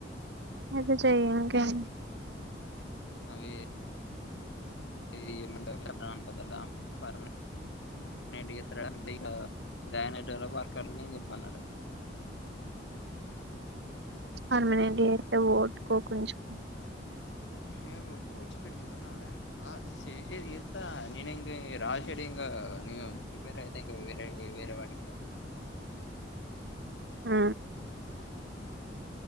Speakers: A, on the right; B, on the left.
A: అయితె చేయ్, ఇంకేంటి?
B: అవియే. అది ఏం అంటలే అంటలే రా. వద్దంటా, పర్మనెంట పర్మనెంట్ చేత్తరా. నువ్వే ఇక జాయిన్ అయేటోళ్లకి వర్క్ అల్లాట్‌మెంట్ నేన్ చెప్పాల్నంట..
A: పర్మినెంట్ చేస్తే పోగొట్టుకోకు, ఉంచుకో.
B: హే, ఓర్పు ఓర్చిపెట్టుకుంటున్ననే రా. జేసేది చేత్తనా నేనే. ఇంగ రాసేది. ఇంగ నేన్ ఇప్పుడైనా ట్రై చేత్తా ఇంక వేరే వెరీ వాటికి గాని.
A: ఆ.